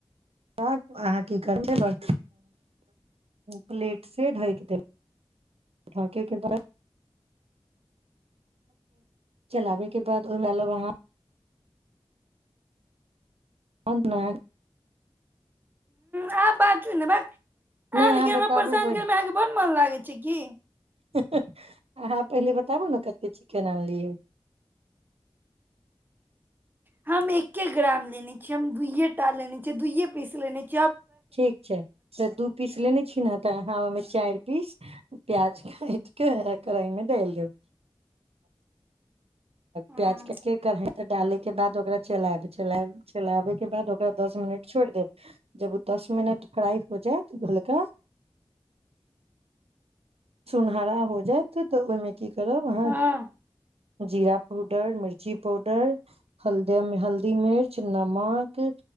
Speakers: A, on the right; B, on the right.
A: अहाँ की करब प्लेट से ढकि देब ठाके क तरह चलाबयके बाद ओ म लब वहाँ अब न
B: ह बाती ने ब अहाँ
A: नहि अहाँ
B: ल
A: बताबू
B: परेशान
A: पहिले।
B: करमे अहाँके ब्ड मन लागै छै क
A: अहाँ पहिले बताबु ने कते चिकन आनलियै
B: हम एके ग्राम लेने छियै हम दुूइये टा लेने छियै दुइे पीस लेने छिय
A: ठीक छै तऽ दू पीस लेने छी ने तऽ हमे चारि पीस प्याज काटके कढ़ाई मे डेल द
B: हूं
A: प्याज कटके कर हैं तऽ डाले के बाद ओकरा चलाब चला चलाबै बाद ओकरा दस मिनट छो दे जब ओ दस मिनट फ्राई हो जायत गोलका सुनहरा हो जायत तऽ ओहिमे की करब अहाँ
B: हँ
A: जीरा पाउडर मिर्ची पाउडर हल्द हल्दी मिर्च नमक